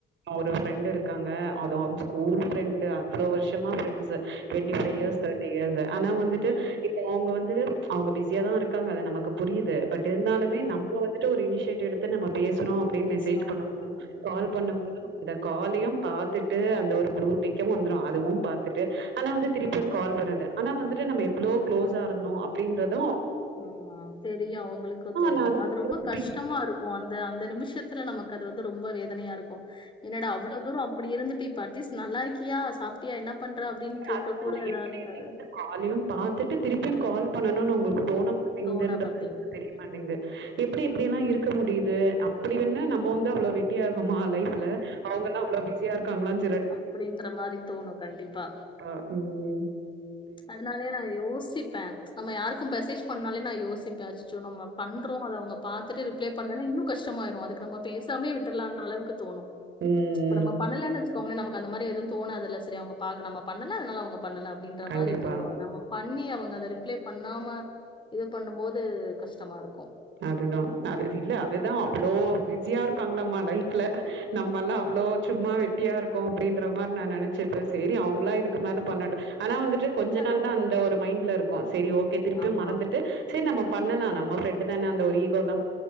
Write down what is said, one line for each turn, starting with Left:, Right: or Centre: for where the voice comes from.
Right: ஒரு ஃப்ரெண்ட் இருக்காங்க அது அவங்க ஸ்கூல் ப்ரெண்டு் அவ்ளோ வருஷமா ப்ரெட்ண்ஸ் டுவெண்ட்டி ஃபை இயர்ஸ்
Left: ம்,
Right: தேட்டி இயர்ஸ் ஆனா வந்துட்டு
Left: ம்,
Right: இப்ப அவங்க வந்து அவங்க பிஸியா தா இருக்காங்க அது நமக்கு புரியுது பட் இருந்தாலுமே
Left: ம்.
Right: நம் டூ ஒரு இனிஷேட் எடுத்து நம்ம பேசுறோ அப்டின்னு
Left: பேசுறோம்
Right: மெசேஜ் பண்ண
Left: அப்படின்னு
Right: முடியு
Left: வரும்.
Right: கால்
Left: ம்.
Right: பண்ண <unintelligible> காலையு பாத்துட்டு அந்த ஒரு ப்ளூ டிக்கு வந்துடு அதுவு பாத்துட்டு ஆனா வந்து திருப்பியு கால் வரது ஆனா வந்துட்டு நம்ம எவ்ளோ க்ளோஸா இருந்தோ அப்படின்றது
Left: ஆமா தெரியு அவங்களுக்கு தெரியு
Right: நான் அதான்
Left: அது ரொம்ப
Right: யோசிப்பேன்.
Left: கஷ்டமா இருக்கு அந்த அந்த நிமிஷத்துல நமக்கு அது வந்து ரொம்ப ரொம்ப வேதனையா இருக்கு என்னடா அவ்ளோ தூரோ அப்படி இருந்துட்டு இப் இப்ப அட்லீஸ்ட் நல்லா இருக்கியா சாப்டியா என்ன பண்ற அப்டின்னு கேட்க
Right: அதுதான்
Left: கூட எதா
Right: எப்படி
Left: இருக்காது
Right: வந்து காலையும் பாத்துட்டு திருப்பியு கால் பண்ணனு உங்களுக்கு
Left: ம்
Right: தோண மாட்டேங்கன்றத
Left: தோண மாட்டேங்குது
Right: தெரிய மாட்டிங்கது இப் ப்ப எப்படியெல்லாம் இருக்க முடியுது அப்படி வண்ண நம்ம வந்து அவ்வளோ வெட்டியா இரு மா லைஃப்ல அவங்கல்லாம் அவ்வளவு பிஸியா இருக்காங்களனு
Left: அப்படின்ற மாதிரி தோணும் கண்டிப்பா
Right: உம்
Left: அதனாலயே நான் யோசிப்பேன் நம்ம யாருக்கும் மெசேஜ் பண்ணாலே ந யோ சிப்பா <unintelligible> நம் பண்றோம் அதை அவங்க பாார்த்தட்டு ரிப்ளை பண்ணா இன்னும் கஷ்டமாயிரும் அதுக்கு நம்ம பேசாமே விட்டுலாம் அளவுக்கு தோணும்
Right: ம்.
Left: இ நம்ம பண்ணல நமக்கு அந்த மாரி எதும் தோனாதுல்ல சரி நம்ம பண்ணல அவங்க பண்ணல அந்த
Right: கண்டிப்பா.
Left: மாரி போயிரும் நம்ம பண்ணி அவங்க அதை ரிப்ளை பண்ணாம இது பண்ணும் போது கஷ்டமா இருக்கும்
Right: அதுதான் அது இல்ல அதுதான் அவ்வளோ பிஸியா இருக்காங்களம்மா லைஃப்ல நம்மல்லாம் அவ்வளவு சும்மா வெட்டியா இருக்கோம் அப்படின்ற மாரி நான் நினைச்சேப்ப சரி அவங்களா இதுக்கு மேல பண்ணட்டும் ஆனா வந்துட்டு கொஞ்ச
Left: அவ்வளவுதான்
Right: நாள் தான் அந்த ஒரு மைண்ட்ல இருக்கு சரி ஓகே திருப்பியும்
Left: ஆமா
Right: மறந்துட்டு சரி நம்ம பண்ணலாம் நம்மஃப்ரண்ட் தான அந்தோ ஈகோல்லா